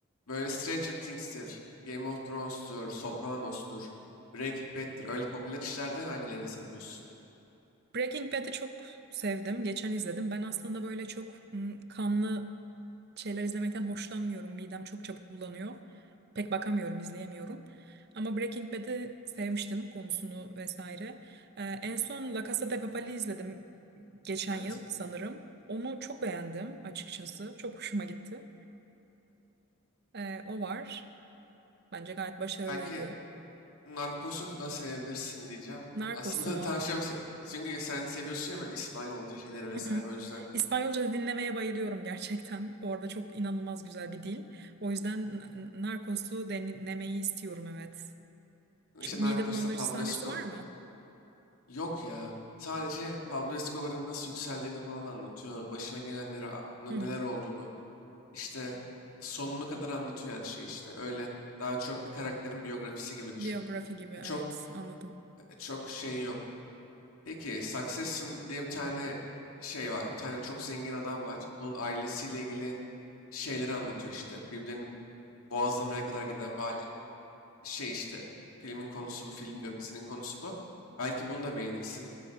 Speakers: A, on the left (about 85°); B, on the right (about 50°).
A: Böyle Stranger Things'tir, Game of Thrones'tur, Sopranos'tur, Breaking Bad'tir. Öyle popüler işlerden hangilerini seviyorsun?
B: Breaking Bad'i çok sevdim. Geçen izledim. Ben aslında böyle çok mm, kanlı şeyler izlemekten hoşlanmıyorum. Midem çok çabuk bulanıyor. Pek bakamıyorum, izleyemiyorum. Ama Breaking Bad'i sevmiştim konusunu vesaire. Ee, en son La Casa de Papel'i izledim geçen
A: Evet.
B: yıl sanırım. Onu çok beğendim açıkçası. Çok hoşuma gitti. Ee, o var. Bence gayet başarılıydı.
A: Belki Narcos'u da sevebilirsin diyeceğim.
B: Narcos'u
A: Aslında
B: mu?
A: <laughs> tavsiyem çünkü sen seviyorsun ya böyle İspanyolca şeyleri vesaire
B: Hı hı.
A: o yüzden dedim.
B: İspanyolca dinlemeye bayılıyorum gerçekten. Bu arada çok inanılmaz güzel bir dil. O yüzden N- N- Narcos'u dinlemeyi istiyorum evet.
A: Yani
B: Çok
A: İşte
B: mide
A: Narcos'ta
B: bulandırıcı
A: Pablo
B: sahnesi
A: Escobar'ın.
B: var mı?
A: Yok ya. Sadece Pablo Escobar'ın nasıl yükseldiğini falan anlatıyor. Başına gelenleri, a- neler
B: Hı hı.
A: olduğunu. İşte sonuna kadar anlatıyor her şeyi işte. Öyle daha çok bir karakterin biyografisi gibi düşün.
B: Biyografi gibi evet
A: E, çok
B: anladım.
A: e, çok şeyin yok. Peki Succession diye bir tane şey var. Bir tane çok zengin adam var. Bunun ailesiyle ilgili şeyleri anlatıyor işte. Birbirlerini boğazlamaya kadar giden bir ailenin şey işte. Filmin konusu bu. Film diyorum dizinin konusu bu. Belki bunu da beğenirsin.